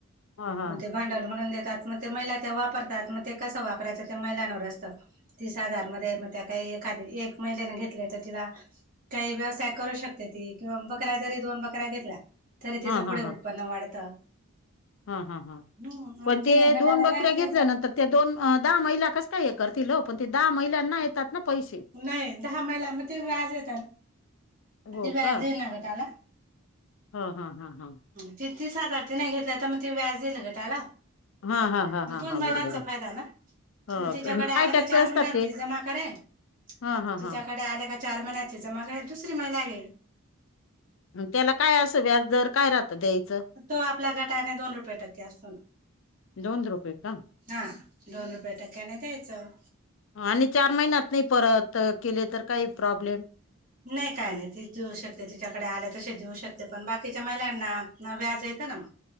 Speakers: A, on the left (about 60°); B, on the right (about 40°).
A: हा हा
B: मग ते भांडवल म्हणून देतात मग ते महिला त्या वापरतात मग ते कसं वापरायचं त्या महिलांवर असतं तीस हजार मध्ये मग त्या काही एखादी एक महिलेने घेतले तर तिला काही व्यवसाय करू शकते ती किंवा बकऱ्या जरी दोन बकऱ्या घेतल्या तरी तीचं
A: हा हा
B: पुढे
A: हा
B: उत्पन्न वाढतं.
A: हा हा हां
B: हम्म आणि
A: पण
B: तिने
A: ते
B: गटाला
A: दोन बकऱ्या
B: व्याज
A: घेतल्यानंतर
B: द्यायचं.
A: ते दोन दहा महिला कसं काय हे करतील ओ पण ते दहा महिलांना येतात ना पैसे
B: नाही दहा महिला मग ते व्याज ये
A: हो
B: ते व्याज
A: का
B: आहे ना गं त्याला.
A: हा हा हा हा.
B: ती तीस हजार तिने घेतले तर मग ती व्याज देईल ना गं त्याला.
A: हा हा हा
B: मग
A: हा
B: तोच
A: हा
B: महिलांचा
A: बरोबर आहे
B: फायदा ना.
A: ह
B: म तिच्याकडे
A: काही
B: आल्या
A: टक्के
B: का चार
A: असतात
B: महिन्यात
A: ते
B: ती जमा करेल,
A: हा हा
B: तिच्याकडे
A: हा
B: आल्या का चार महिन्याची जमा करेल दुसरी महिला घेईल.
A: त्याला काय असं व्याज दर काय राहतं द्यायचं?
B: तो आपल्या गटाने दोन रुपये टक्के असतो ना.
A: दोन रुपये का
B: हा दोन रुपये टक्क्याने द्यायचं.
A: आणि चार महिन्यात नाही परत केले तर काही प्रॉब्लेम?
B: नाही काय नाही ती देऊ शकते तिच्याकडे आले तसे देऊ शकते पण बाकीच्या महिलांना व्याज येतं ना मग.